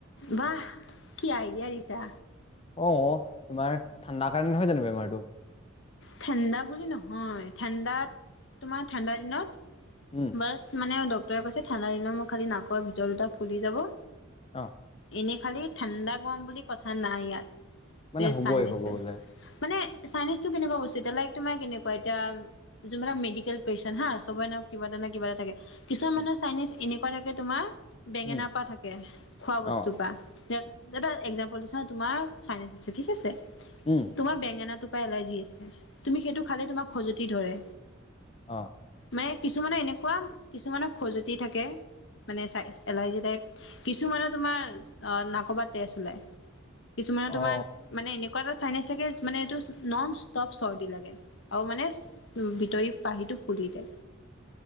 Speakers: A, on the left; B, on the left.
A: বাহ! কি আইডিয়া দিছা।
B: অ', তোমাৰ ঠাণ্ডাৰ কাৰণে নহয় জানো বেমাৰটো?
A: ঠাণ্ডা বুলি নহয়। ঠাণ্ডাত, তোমাৰ ঠাণ্ডা দিনত
B: উম
A: নাৰ্ছ মানে ডক্টৰে কৈছে ঠাণ্ডা দিনত মোৰ খালি নাকৰ ভিতৰত দুটা ফুলি যাব।
B: অ'।
A: এনেই খালি ঠাণ্ডা গৰম বুলি কথা নাই ইয়াত,
B: মানে
A: এই
B: হ'বই
A: চাইনিজটো।
B: ক'ব গ'লে
A: মানে চাইনিজটো কেনেকুৱা বস্তু, বেলেগ তোমাৰ কেনেকুৱা এতিয়া যোনবোৰে মেডিকেল পেইছেণ্ট হা, <unintelligible> কিবা এটা নে কিবা এটা থাকে। কিছুমান মানুহৰ
B: উম
A: চাইনিজ এনেকুৱা থাকে তোমাৰ বেঙেনা
B: উম
A: পোৱা থাকে, খোৱা
B: অ
A: বস্তুৰপা। দাদা এক্সামপল দিছোঁ হা, তোমাৰ চাইনিজ আছে ঠিক আছে
B: উম',
A: তোমাৰ বেঙেনাটোৰ পৰা এলাৰ্জি আছে। তুমি সেইটো খালে তোমাক খজুৱতি ধৰে।
B: অঁ',
A: মানে কিছুমানৰ এনেকুৱা, কিছুমানৰ খজুৱতি থাকে। মানে, এলাৰ্জি টাইপ কিছুমান তোমাৰ নাকৰ পৰা তেজ ওলায়। কিছুমানৰ তোমাৰ
B: অ
A: মানে এনেকুৱা এটা চাইনিজ থাকে মানে, এইটো নন-ষ্টপ চৰ্দি লাগে। আৰু মানে ভিতৰি পাহিটো ফুলি যায়।